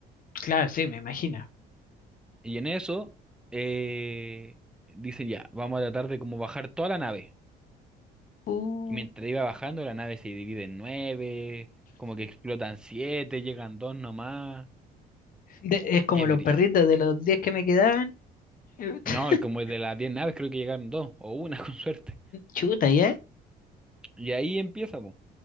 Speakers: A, on the left; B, in the centre.
A: Claro, sí, me imagino.
B: Y en eso eh, dicen ya, vamos a tratar de como bajar toda la nave.
A: Uh.
B: Y mientras iba bajando, la nave se divide en nueve, como que explotan siete, llegan dos nomás.
A: De- es como
B: Y es
A: los
B: brígido.
A: perritos de los 10 que me quedaban. <laughs>
B: No, y como de las diez naves creo que llegaron dos, o una <laughs> con suerte.
A: Chuta, ¿ya?
B: Y ahí empieza, po.